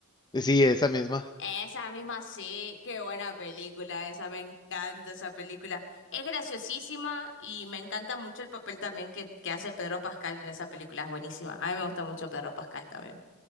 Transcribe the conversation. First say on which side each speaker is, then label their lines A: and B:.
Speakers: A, on the left; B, on the left.
A: Sí, esa misma.
B: Esa misma sí, qué buena película esa, me encanta esa película. Es graciosísima y me encanta mucho el papel también que, que hace Pedro Pascal en esa película, es buenísima. A mí me gusta mucho Pedro Pascal también.